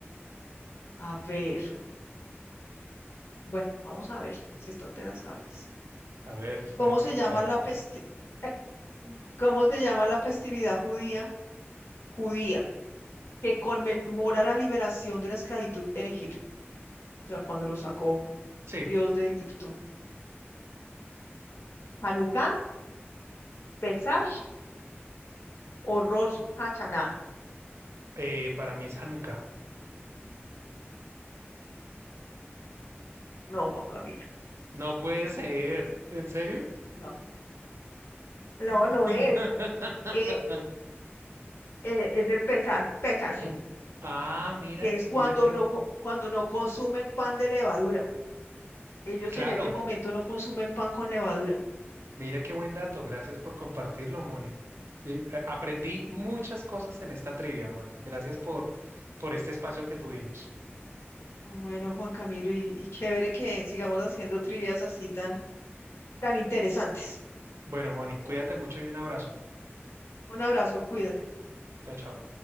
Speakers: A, on the left (about 75°); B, on the right (about 80°).
A: a ver, bueno, vamos a ver si esta te la sabes.
B: A ver, espero
A: ¿Cómo
B: que
A: se
B: pueda.
A: llama la festi- <laughs> cómo se llama la festividad judía? Judía, que conmemora la liberación de la esclavitud en Egipto, o sea, cuando lo sacó
B: Sí,
A: Dios de Egipto. ¿Hanukkah, Pesach o Rosh Hashanah?
B: eh, para mí es Hanukkah.
A: No, Juan Camilo,
B: No puede ser. ¿En serio?
A: no. No,
B: <laughs>
A: no es. Eh, eh, es el Pesach, Pesach,
B: Ah, mira,
A: que es cuando
B: mira qué
A: no,
B: bueno.
A: co- cuando no consumen pan de levadura. Ellos
B: Claro,
A: en ese momento no consumen pan con levadura.
B: Mira qué buen dato, gracias por compartirlo, Moni. Sí, eh, aprendí muchas cosas en esta trivia, Moni. Gracias por, por este espacio que tuvimos.
A: Bueno, Juan Camilo, y, y chévere que sigamos haciendo trivias así tan tan interesantes.
B: Bueno, Moni, cuídate mucho y un abrazo.
A: Un abrazo, cuídate.
B: Chao, chao.